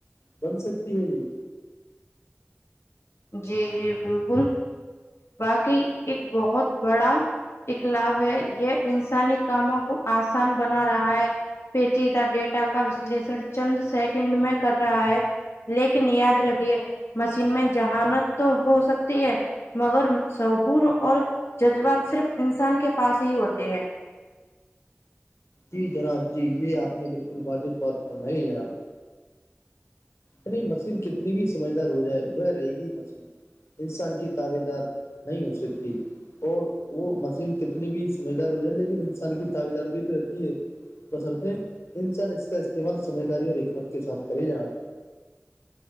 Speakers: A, on the left; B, on the left.
A: بن سکتی ہے یہ
B: جی جی بالکل باقی ایک بہت بڑا اخلاب ہے یہ انسانی کاموں کو آسان بنا رہا ہے پیچیدہ ڈیٹا کا وشلیشن چند سیکنڈ میں کر رہا ہے لیکن یاد رکھیے مشین میں جہانت تو ہو سکتی ہے مگر سہور اور جذبات صرف انسان کے پاس ہی ہوتے ہیں
A: جی جناب جی یہ آپ نے بالکل واجد بات فرمائی ہے جناب نہیں مشین کتنی بھی سمجھدار ہو جائے وہ رہے گی ہی مسین انسان کی تعو دار نہیں ہو سکتی اور وہ مشین کتنی بھی سمجھدار ہو جائے لیکن انسان کی تعوییدار بھی تو رہتی ہے بسرتےیں انسان اس کا استعمال سمجھداری اور حکمت کے ساتھ کرے جناات